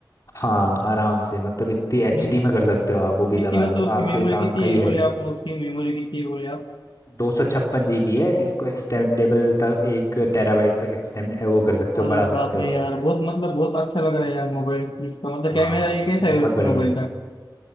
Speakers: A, on the left; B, on the left.
A: हाँ आराम से मतलब इतनी एच
B: मीन्स
A: डी में कर सकते हो आप वो भी
B: कितनी
A: लगा
B: मतलब
A: लो
B: उसकी
A: आपके
B: मेमोरी
A: काम
B: कितनी
A: का ही
B: है
A: है
B: बोले
A: ये
B: आप उसकी मेमोरी कितनी है बोले
A: दो सौ छप्पन जीबी है इसको एक्सटेंडेबल तक एक टेराबाइट तक एक्सटेंड वो कर सकते
B: अरे
A: हो बढ़ा
B: बाप
A: सकते हो
B: रे यार
A: आप
B: बहुत मतलब बहुत अच्छा लग रहा है यार मोबाइल इसका मतलब
A: हाँ
B: कैमरा
A: भाई
B: ये कैसा
A: बहुत
B: है उस
A: बढ़िया
B: मोबाइल
A: है
B: का